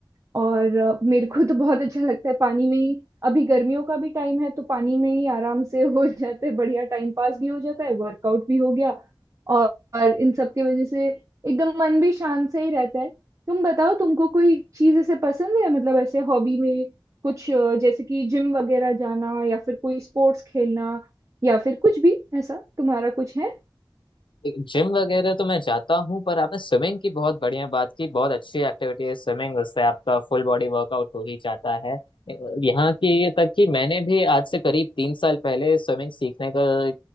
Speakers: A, on the right (about 40°); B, on the left (about 90°).
A: और अ, मेरे को तो बहुत अच्छा लगता है पानी में ही अभी गर्मियों का भी टाइम है तो पानी में ही आराम से हो <laughs> जाता है बढ़िया टाइम पास भी हो जाता है वर्कआउट भी हो गया और, और इन सब की वजह से एकदम मन भी शांत से ही रहता है तुम बताओ तुमको कोई चीज ऐसे पसंद है मतलब ऐसे हॉबी में कुछ अ, जैसे कि जिम वगैरह जाना या फिर कोई स्पोर्ट्स खेलना या फिर कुछ भी ऐसा तुम्हारा कुछ है
B: जिम वगैरह तो मैं जाता हूँ पर आपने स्विमिंग की बहुत बढ़िया बात की बहुत अच्छी एक्टिविटी है स्विमिंग उससे आपका फुल बॉडी वर्कआउट हो ही जाता है यहाँ की तक कि मैंने भी आज से करीब तीन साल पहले स्विमिंग सीखने का